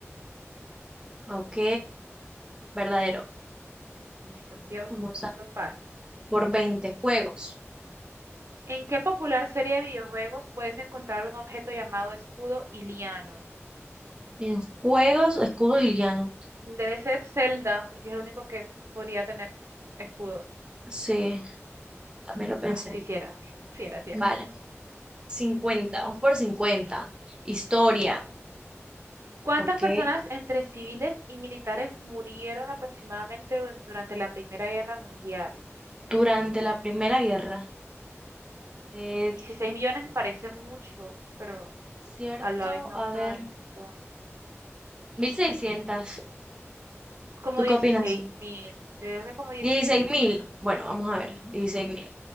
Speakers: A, on the right; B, on the right.
A: ok, verdadero.
B: Listo, vio,
A: Vamos
B: eso
A: a
B: fácil.
A: por 20 juegos.
B: ¿En qué popular serie de videojuegos puedes encontrar un objeto llamado escudo iliano?
A: En juegos, escudos y lianos.
B: Debe ser Zelda, porque es el único que podría tener escudos.
A: Sí, también lo pensé.
B: Ah, sí, sí era. <laughs> Sí era, sí era.
A: Vale, 50, vamos por 50. Historia,
B: ¿Cuántas
A: ok.
B: personas entre civiles y militares murieron aproximadamente du- durante la Primera Guerra Mundial?
A: Durante la Primera Guerra. Eh,
B: 16 millones me parece mucho, pero
A: cierto,
B: a la vez no
A: a
B: tanto.
A: ver, 1600.
B: Como
A: ¿Tú
B: 16
A: qué opinas?
B: mil, creo que como 16
A: Dieciséis mil.
B: mil.
A: Bueno, vamos a ver, 16.000.